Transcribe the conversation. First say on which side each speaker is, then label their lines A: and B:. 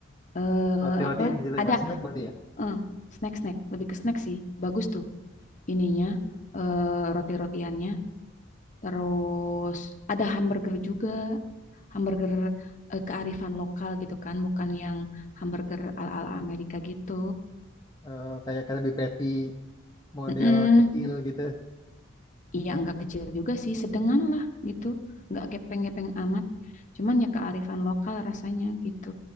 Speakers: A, on the left; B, on the left.
A: Eh
B: Roti-roti
A: apa?
B: yang di situ
A: Ada
B: ya, snack berarti ya.
A: eh snack-snack, lebih ke snack sih. Bagus tuh. ininya eh, roti-rotiannya. Terus ada hamburger juga, hamburger eh, kearifan lokal gitu kan, bukan yang hamburger ala-ala Amerika gitu.
B: Eh, kayak Krabby Patty model
A: Mm-mm.
B: kecil gitu.
A: Iya nggak kecil juga sih, sedengan lah gitu, nggak gepeng-gepeng amat. Cuman ya kearifan lokal rasanya gitu,